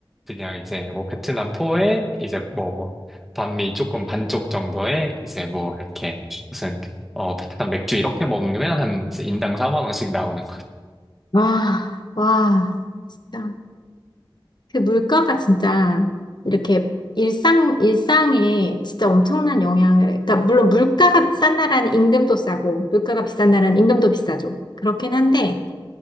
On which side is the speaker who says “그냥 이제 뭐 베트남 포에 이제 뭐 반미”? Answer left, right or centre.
Centre